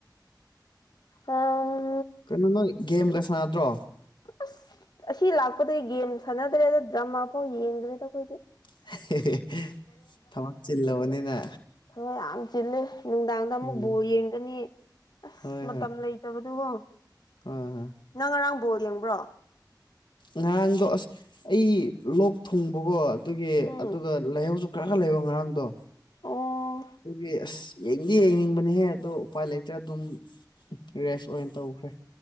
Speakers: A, on the left; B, on the left.
A: ꯑꯥ
B: ꯀꯩꯅꯣ ꯅꯣꯏ ꯒꯦꯝꯒ ꯁꯥꯟꯅꯗ꯭ꯔꯣ
A: ꯑꯁ ꯑꯁꯤ ꯂꯥꯛꯄꯗꯩ ꯒꯦꯝ ꯁꯥꯟꯅꯗ꯭ꯔꯦꯗ ꯗ꯭ꯔꯃꯥ ꯐꯥꯎ ꯌꯦꯡꯗ꯭ꯔꯦꯗ ꯑꯩꯈꯣꯏꯗꯤ
B: <unintelligible> ꯊꯕꯛ ꯆꯤꯜꯂꯕꯅꯤꯅ
A: ꯍꯣꯏ ꯌꯥꯝ ꯆꯤꯜꯂꯦ ꯅꯨꯡꯗꯥꯡꯗ ꯑꯃꯨꯛ
B: ꯎꯝ
A: ꯕꯣꯜ ꯌꯦꯡꯒꯅꯤ ꯑꯁ
B: ꯍꯣꯏ
A: ꯃꯇꯝ
B: ꯍꯣꯏ
A: ꯂꯩ ꯠꯇꯕꯗꯨꯀꯣ
B: ꯍꯣꯏ ꯍꯣꯏ
A: ꯅꯪ ꯉꯔꯥꯡ ꯕꯣꯜ ꯌꯦꯡꯕ꯭ꯔꯣ
B: ꯉꯍꯥꯡꯗꯣ ꯑꯁ ꯑꯩ ꯂꯣꯛ ꯊꯨꯡꯕꯀꯣ ꯑꯗꯨꯒꯤ
A: ꯎꯝ
B: ꯑꯗꯨꯒ ꯂꯩꯍꯧꯁꯨ ꯈꯔ ꯈꯔ ꯂꯩꯕ ꯉꯔꯥꯡꯗꯣ
A: ꯑꯣ
B: ꯑꯗꯨꯒꯤ ꯑꯁ ꯌꯦꯡꯗꯤ ꯌꯦꯡꯅꯤꯡꯕꯅꯦꯍꯦ ꯑꯗꯣ ꯎꯄꯥꯏ ꯂꯩꯇ꯭ꯔꯦ ꯑꯗꯨꯝ ꯔꯦꯁ ꯑꯣꯏꯅ ꯇꯧꯈ꯭ꯔꯦ